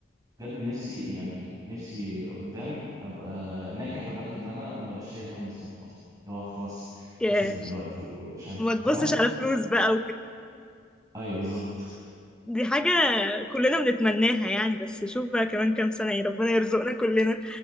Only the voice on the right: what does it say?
بجد نفسي يعني نفسي قدام ابقى ناجح لدرجه ان انا مبقاش شايل هم السفر مثلا اللي هو خلاص
هسافر دلوقتي ومش عارف
إيه. فاهمه
ايوه بالظبط